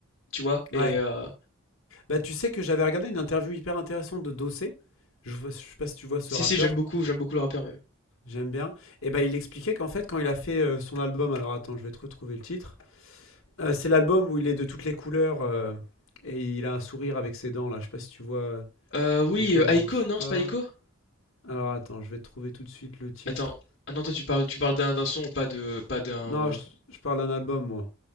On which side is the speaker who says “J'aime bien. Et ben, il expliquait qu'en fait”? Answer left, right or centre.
Left